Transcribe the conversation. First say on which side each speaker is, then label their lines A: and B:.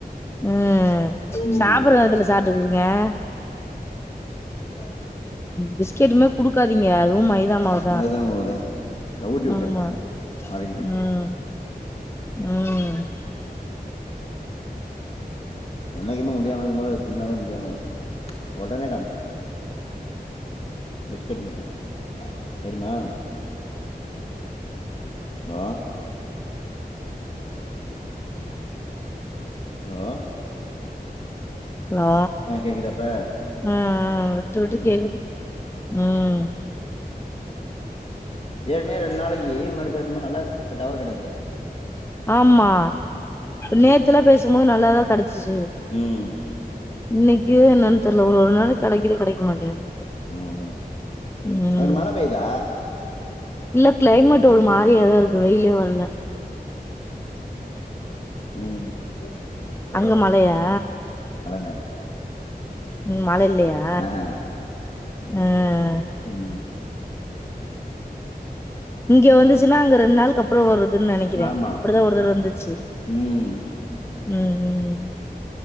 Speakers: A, on the left (about 15°); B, on the left (about 40°).
A: ம்
B: ம்
A: சாப்பிட்ற நேரத்துல சாப்ட்டுக்கிட்டுருக்கான்
B: உக்காரு
A: பிஸ்கெட்டுமே குடுக்காதீங்க அதுவு மை மைதா மாவுதா
B: மைதா மாவுதே நா ஊட்டி விட்டே
A: ஆம்மா
B: இப்ப ஆடிக்கிட்டு
A: உம் ம் உம்
B: என்னைக்குமே முடியாம இருக்கும்போது அது திண்ணாளே முடியாம ஒடனே காமிக்கு பிஸ்கட் மட்டு தெரிமா ஹலோ ஹலோ
A: ஹலோ
B: ஆ கேக்குதா இப்ப
A: ம் ம் விட்டு விட்டு
B: ம்
A: கேக்குது ம்
B: ஏற்கனவே ரெண்டு நாளைக்கி முன்னாடி பேச ரொம்ப நல்லாக் இங்க டவர் கெடைச்சி
A: ஆமா நேத்துல்லா பேசும்போது நல்லாதா கெடச்சிச்சி
B: ம்
A: இன்னக்கி ஜியோ என்னன்னு தெர்ல ஒரு ஒரு நாளைக்கு கெடைக்குது கெடைக்க மாட்டிங்குது
B: ம்
A: ம்
B: அங்க மழ பெய்தா
A: இல்ல க்ளைமேட் ஒரு மாரி கூலிங்காதா இருக்கு வெயிலு வர்ல
B: உம் வெ
A: அங்க மழையா
B: நல்ல
A: ம் மழ இல்லயா
B: ஆஹ
A: ம்
B: ம்
A: இங்க வந்துச்சுன்னா அங்க ரெண்டு நாள்க்கு அப்பறொ வரும் துன்னு நெனைக்கிறே
B: ஆமா
A: அப்டிதா ஒரு தரவ வந்துச்சு
B: ம்
A: உம் உம்